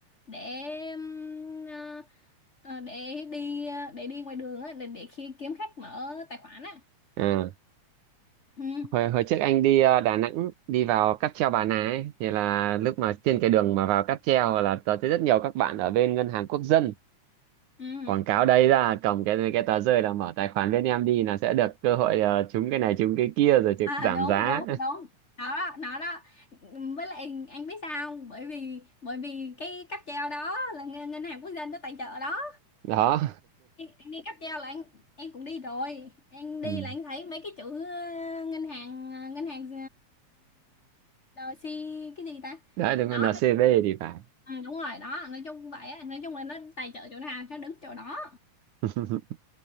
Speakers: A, on the left; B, on the right.
A: để ừm, ờ, ờ, để đi ờ, để đi ngoài đường á để để khi kiếm khách mở tài khoản á
B: Ừ.
A: ừ,
B: hồi hồi trước anh đi ờ, Đà Nẵng đi vào cáp treo Bà Nà ấy, thì là lúc mà trên cái đường mà vào cáp treo là tớ thấy rất nhiều các bạn ở bên ngân hàng quốc dân
A: ừ.
B: quảng cáo đây ra cầm cái cái tờ rơi là mở tài khoản bên em đi là sẽ được cơ hội ờ, trúng cái này trúng cái kia rồi trực
A: à
B: giảm
A: đúng
B: giá
A: đúng đúng nó đó nó đó với lại anh biết sao không? bởi vì bởi vì cái cáp treo đó là ngân ngân hàng quốc dân nó tài trợ đó
B: <laughs> đó
A: anh, anh đi cáp treo là anh em cũng đi rồi anh
B: <laughs>
A: đi
B: ừ.
A: là anh thấy mấy cái chữ ờ, ngân hàng ờ, ngân hàng uh, si cái gì ta
B: đấy đúng
A: đó
B: rồi NCV
A: mấy-
B: thì phải
A: ừ, đúng rồi đó nói chung vậy á, nói chung là nó tài trợ chỗ nào nó đứng chỗ đó
B: <laughs>